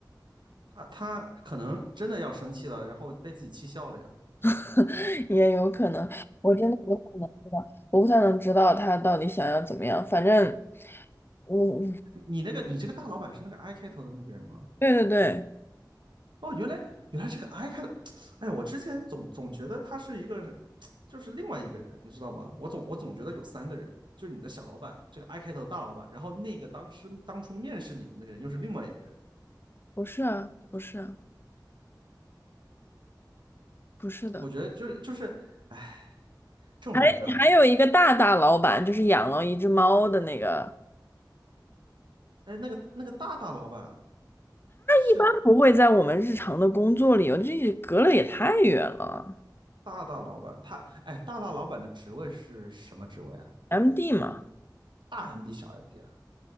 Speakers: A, on the right; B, on the left.
A: 他他可能真的要生气了，然后被自己气笑了呀。
B: <laughs> 也有可能，我真的不太能知道，我不太能知道他到底想要怎么样。反正我，
A: 你那个你这个大老板是那个 I 开头的那个人吗？
B: 对对对，
A: 哦，原来原来这个 I 开头，哎，我之前总总觉得他是一个，就是另外一个人，你知道吗？我总我总觉得有三个人，就是你的小老板，这个 I 开头的大老板，然后那个当时当初面试你的那个人又是另外一个人。
B: 不是啊，不是啊，不是的。
A: 我觉得就是就是，哎，这种人呐、
B: 还还有一个大大老板，就是养了一只猫的那个，
A: 哎，那个那个大大老板是
B: 一般不会在我们日常的工作里有，这隔了也太远了
A: 大大老板，他哎大大老板的职位是什么职位啊？
B: ，MD 嘛。
A: 大 MD 小 MD 啊？